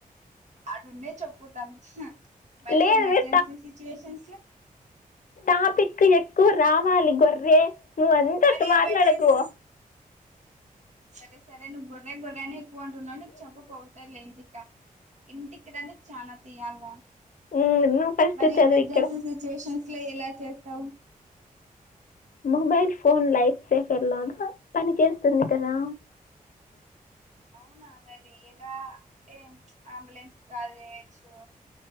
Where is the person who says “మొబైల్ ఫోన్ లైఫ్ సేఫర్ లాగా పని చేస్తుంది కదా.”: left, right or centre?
Left